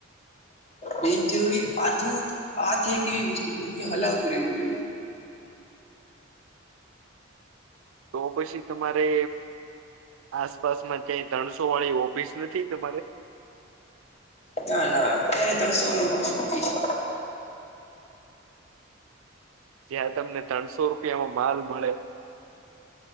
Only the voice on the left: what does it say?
બિનચરૂરી આથું આથી એક એવી વસ્તુ છે કે હલાવતું રહેવું જોઈએ.
ના ના અત્યારે તણ <inaudible> સોરે ઓફીસ પૂછશ